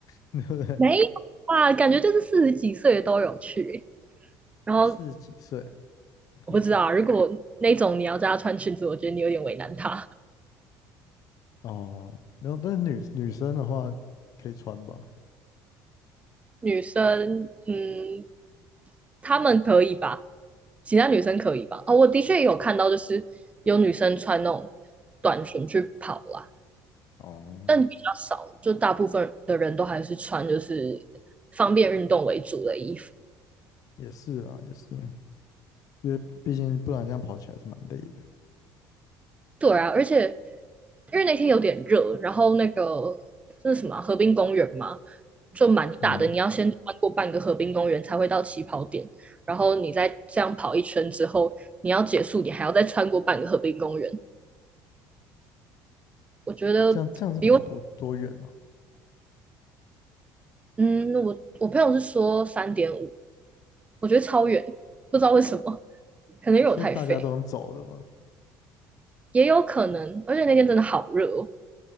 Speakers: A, on the left; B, on the right.
A: <laughs> 对不对？
B: 没有啊，感觉就是四十几岁的都有去耶然后
A: 四十几岁，
B: 我不知道啊，
A: 哦
B: 如果那种你要叫他穿裙子，我觉得你有点为难他。
A: 哦，没有，但是女女生的话可以穿吧？
B: 女生，嗯，她们可以吧？其他女生可以吧？哦，我的确有看到，就是有女生穿那种短裙去跑啦，
A: 哦，
B: 但比较少，就大部分的人都还是穿就是方便运动为主的衣服。
A: 也是啊，也是，因为毕竟不然这样跑起来是蛮累的。
B: 对啊，而且因为那天有点热，然后那个那是什么啊河滨公园嘛，就蛮大的，
A: 嗯，
B: 你要先穿过半个河滨公园才会到起跑点，然后你再这样跑一圈之后，你要结束，你还要再穿过半个河滨公园。我觉得比我
A: 这样这样是跑多多远啊？
B: 嗯，我我朋友是说三点五，我觉得超远，不知道为什么，可能因为我太废，
A: 其实大家都能走的嘛。
B: 也有可能，而且那天真的好热哦，